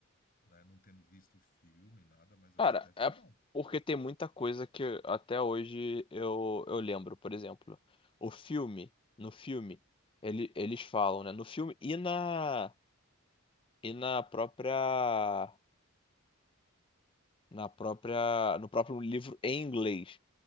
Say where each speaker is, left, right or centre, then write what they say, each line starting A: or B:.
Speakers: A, on the left; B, on the left.
A: né? Não tendo visto o filme, nada, mas eu
B: Cara,
A: acho que deve
B: é
A: ser bom.
B: porque tem muita coisa que até hoje eu, eu lembro. Por exemplo, o filme, no filme, ele, eles falam, né? No filme e na, e na própria na própria, no próprio livro em inglês.